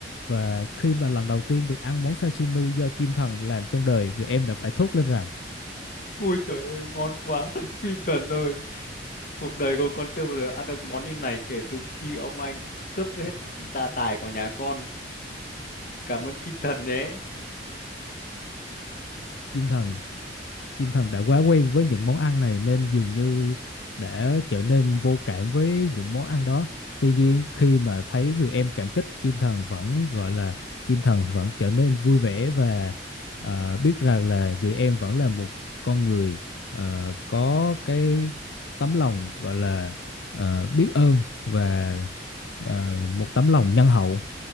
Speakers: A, on the left; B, on the left.
A: Và khi mà lần đầu tiên được ăn món sashimi do chim thần làm trong đời, người em đã phải thốt lên rằng
B: ui trời ơi ngon quá <laughs> chim thần ơi cuộc đời của con chưa bao giờ ăn được món như này kể từ khi ông anh cướp hết gia tài của nhà con cảm ơn chim thần nhé
A: chim thần Chim thần đã quá quen với những món ăn này nên dường như đã trở nên vô cảm với những món ăn đó. Tuy nhiên khi mà thấy người em cảm kích, chim thần vẫn gọi là chim thần vẫn trở nên vui vẻ và ờ, biết rằng là người em vẫn là một con người ờ, có cái tấm lòng gọi là ờ, biết ơn và ờ, một tấm lòng nhân hậu.